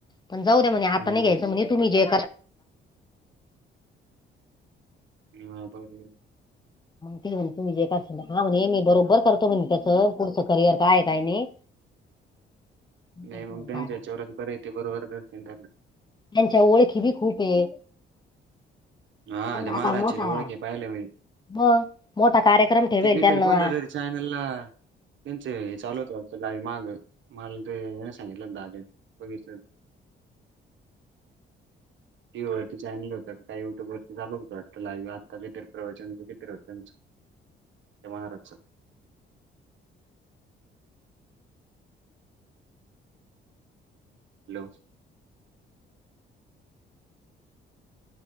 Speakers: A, on the left; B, on the right.
A: पण जाऊ द्या म्हणे आता
B: हम्म
A: नाही घ्यायचं म्हणे तुम्ही जे
B: ह बरर हा
A: ते म्हणे तुम् जे का हा म्हणे मी बरोबर करतो म्हणे त्याचं पुढचं करियर काय काय नाही करतो
B: नाही मग
A: म्हणे
B: त्यांच्याच्यावरच
A: काय नाही.
B: बर य ते बरोबर करते त्याला
A: त्यांच्या ओळखी बी खूप आहे
B: हा
A: त्यांना
B: ते
A: आता
B: महाराज
A: मोठा
B: ओळखी पाहिलं म्हणजे
A: मग मोठा कार्यक्रम ठेवेल
B: ते कि
A: त्यांना
B: कोणत तरी चयनला त्यांचे चालूच माग मला नाही सांगितलं दहाद बघित टी व्ही वरती चॅनल होता काही टरतीचालू होत ला आता जिे प्रवचनचं जिर होत त्यांच महाराष्ट्र हॅलो